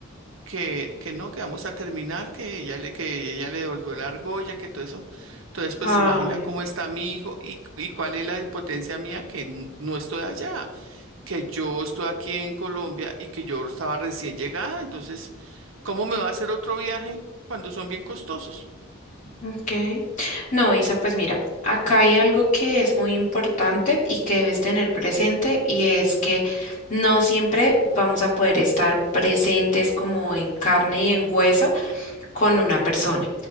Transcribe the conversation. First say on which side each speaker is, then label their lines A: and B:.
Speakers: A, on the right (about 70°); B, on the left (about 40°).
A: que, que no, que vamos a terminar, que ella le, que ella le devolvió la argolla, que todo eso. Entonces, pues
B: Ay.
A: imagina cómo está mi hijo y, y cuál es la impotencia mía, que n- no estoy allá, que yo estoy aquí en Colombia y que yo estaba recién llegada. Entonces, ¿cómo me va a hacer otro viaje cuando son bien costosos?
B: Ok. No, Isa, pues mira, acá hay algo que es muy importante y que debes tener presente y es que no siempre vamos a poder estar presentes como en carne y en hueso con una persona.